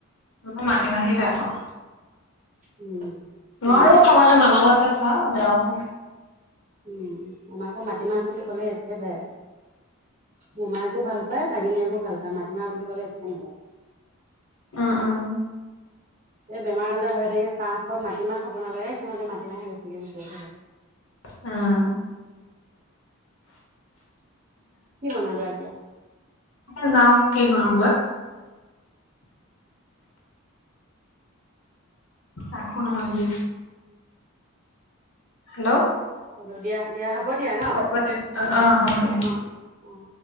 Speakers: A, on the left; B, on the right.
A: মই মাটিমাহে বেয়া পাওঁ।
B: উম,
A: নোৱাৰো খাবলৈ মানুহ আছে খোৱা বেয়াও পাওঁ।
B: উম, আমাৰ আকৌ মাটিমাহ বুলি ক'লে এতিয়াই বাই মোমায়েকো ভাল পায় ভাগিনীয়েকো ভাল পায় মাটিমাহ বুলি ক'লে একো নালাগে।
A: অ', অ'।
B: এই বেমাৰ আজাৰ হৈ থাকে কাঁহপা মাটিমাহ খাব নালাগে সিহঁতে মাটিমাহে বেছিকে বিচাৰি থাকে।
A: উম।
B: কি বনাবা এতিয়া?
A: এ যাওঁ কি বনাইগৈ। আখো নহলে দে হেল্ল'
B: চাউলৰ দিয়া দিয়া হ'ব দিয়া ন
A: হ'ব দে অ' হ'ব দে।
B: অ অ